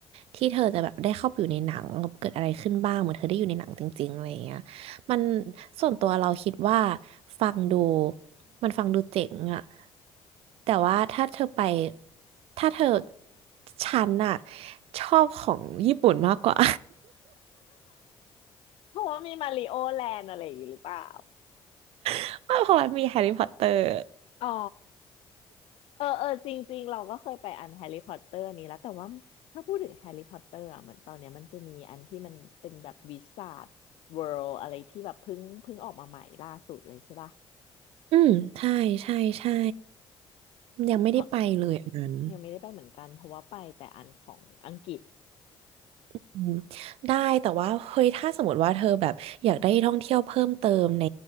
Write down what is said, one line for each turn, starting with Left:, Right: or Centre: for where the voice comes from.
Right: ที่เธอจะแบบได้เข้าไปอยู่ในหนังเกิดอะไรขึ้นบ้างเหมือนเธอได้อยู่ในหนังจริงๆอะไรอย่างเงี้ย มันส่วนตัวเราคิดว่าฟังดูมันฟังดูเจ๋งอะแต่ว่าถ้าเธอไปถ้าเธอฉันอะชอบของญี่ปุ่นมากกว่า
Left: เพราะว่ามีมาริโอแลนด์อะไรอย่างงี้หรือเปล่า
Right: <laughs> ว่ากเพราะมันมีแฮร์รี่พอตเตอร์
Left: อ๋อเออเออจริงๆเราก็เคยไปอันแฮร์รี่พอตเตอร์นี้แล้วแต่ว่าถ้าพูดถึงแฮร์รี่พอตเตอร์อ่ะเหมือนตอนเนี้ยมันจะมีอันที่มันเป็นแบบวิสาทเวิลด์อะไรที่แบบเพิ่งเพิ่งออกมาใหม่ล่าสุดเลยใช่ป่ะ
Right: อืมใช่ใช่ใช่ยังไม่ได้ไปเลยอันนั้น
Left: เพราะยังไม่ได้ไปเหมือนกันเพราะว่าไปแต่อันของอังกฤษ
Right: อืมได้แต่ว่าเฮ้ยถ้าสมมติว่าเธอแบบอยากได้ท่องเที่ยวเพิ่มเติมใน